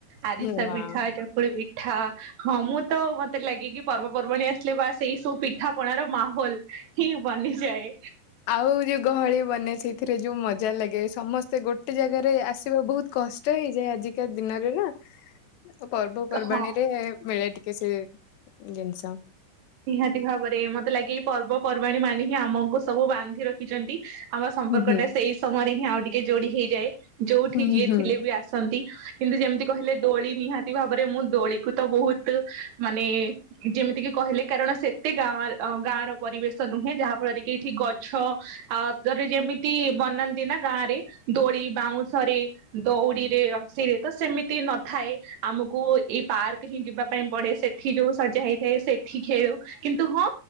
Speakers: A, on the right (about 65°); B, on the left (about 75°).
A: ଆରିସା
B: ହଁ ହଁ
A: ପିଠା ହେକା ଚକୁଳି ପିଠା ହଁ ମୁଁ ତ ମତେ ଲାଗେ କି ପର୍ବପର୍ବାଣୀ ଆସିଲେ ବା ସେଇ ସବୁ ପିଠାପଣା ର ମାହୋଲ ହିଁ ବନିଯାଏ।
B: ଆଉ ଯୋଉ ଗହଳି ବନେ ସେଇଥିରେ ଯୋଉ ମଜା ଲାଗେ ସମସ୍ତେ ଗୋଟେ ଗୋଟେ ଜାଗାରେ ଆସିବା ବହୁତ କଷ୍ଟ ହେଇଯାଏ ଆଜିକା ଦିନରେ ନା ପର୍ବପର୍ବାଣିୀରେ
A: ହଁ
B: ମିଳେ ଟିକେ ସେ ଜିନିଷ
A: ନିହାତି ଭାବରେ ମତେ ଲାଗେ ଏଇ ପର୍ବପର୍ବାଣୀ ମାନେ ହିଁ ଆମକୁ ସବୁ ବାନ୍ଧି ରଖିଚନ୍ତି। ଆମ ସମ୍ପର୍କ
B: ହୁଁ ହୁଁ
A: ଟା ସେଇ ସମୟରେ ହିଁ ଆଉ ଟିକେ ଯୋଡି ହେଇଯାଏ ଯୋଉଠି
B: ହୁଁ
A: ଯିଏ
B: ହୁଁ ହୁଁ
A: ଥିଲେ ବି ଆସନ୍ତି। କିନ୍ତୁ ଯେମିତି କହିଲେ ଦୋଳି ନିହାତି ଭାବରେ ମୁଁ ଦୋଳିକୁ ତ ବହୁତ ମାନେ ଯେମିତି କିି କହିଲେ କାରଣ ସେତେ ଗାଁ ଗାଁ ର ପରିବେଶ ନୁହେଁ ଯାହା ଫଳରେ କି ଏଇଠି ଗଛ <unintelligible> ଯେମିତି ବନାନ୍ତି ନା ଗାଁ ରେ ଦୋଳି ବାଉଁଶରେ ଦଉଡ଼ିରେ ରସିରେ ତ ସେମିତି ନଥାଏ। ଆମକୁ ଏଇ ପାର୍କ ହିଁ ଯିବା ପାଇଁ ପଡେ ସେଠି ଯୋଉ ଶଯା ହେଇଥାଏ ସେଠି ଠି ଖେଳୁ କିନ୍ତୁ ହଁ